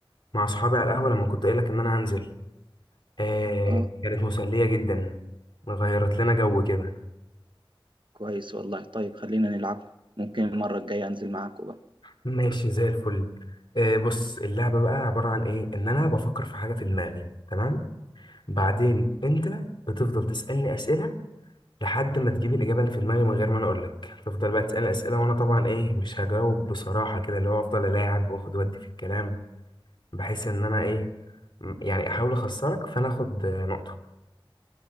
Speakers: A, on the left; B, on the right.
A: مع اصحابي على القهوه لما كنت قايل لك ان انا هنزل إيه
B: اه
A: كانت مسليه جدا غيرت لنا جو كده
B: كويس والله طيب خلينا نلعب ممكن المرة الجاية انزل معاكم بقى
A: ماشي زي الفل إيه بص اللعبه بقى عباره عن ايه ان انا بفكر في حاجه في دماغي تمام بعدين انت بتفضل تسالني اسئله لحد ما تجيب الإجابة اللي في دماغي من غير ما أنا أقولك تفضل بقى تسألني أسئلة وأنا طبعا إيه مش هجاوب بصراحة كده اللي هو أفضل ألاعب وآخد وأدي في الكلام بحيث إن أنا إيه م- يعني أحاول أخسرك فأنا آخد آه، نقطة